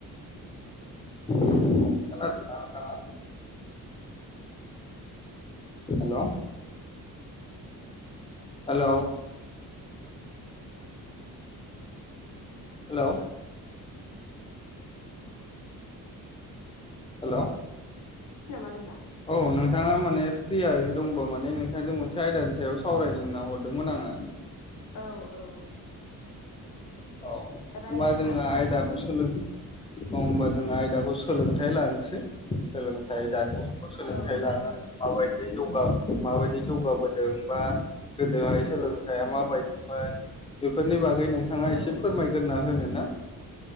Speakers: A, on the left; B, on the left.
A: खोनादों ना नोंथाङा? हेल'। हेल'। हेल' हेल'
B: नामा नोंथां?
A: औ नोंथाङा माने फ्रियायै दंबा माने नोंथांजों मोनसे आयदानि सायाव सावरायनो
B: अ
A: नना हरदोंमोन आङो
B: औ औ
A: औ होमबा
B: रायलायनो
A: जोङो
B: हागोन
A: आयदाखौ सोलो औ होमबा जों आयदाखौ सोलोंथाइ लानोसै सोलोंथाइय दानि सोलोंथाइ
B: औ
A: लानानै
B: जायो
A: माबायदि माबायदि जौगाबो बा गोदोहाय सोलोंथाइया मा बायदिमोन बेफोरनि बागै नोंथाङा
B: औ
A: एसे फोरमायग्रोना होनो ना